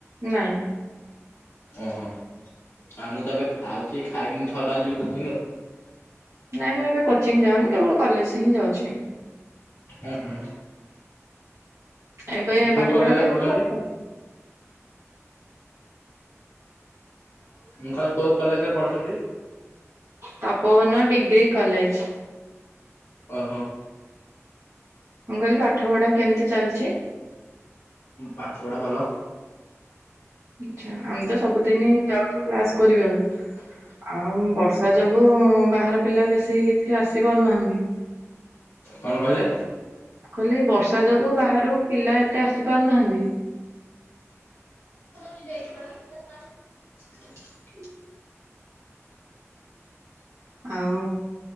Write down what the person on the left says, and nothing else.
ଓହୋ। ଆଉ ମୁଁ ତ ଏବେ ଖାଉଚି। ଖାଇକିନି ଛଅଟା ବେଳେ ଯିବି କୋଚିଂ ଆଉ।
ଉ ହୁଁ।
କୋଉ
କଲେଜରେ
ପଢୁଛନ୍ତି?
ମୁଁ କହିଲି କୋଉ କଲେଜରେ ପଢୁଚନ୍ତି?
ଓହୋ।
ପାଠ ପଢ଼ା ଭଲ।
କଣ କହିଲେ?
<unintelligible>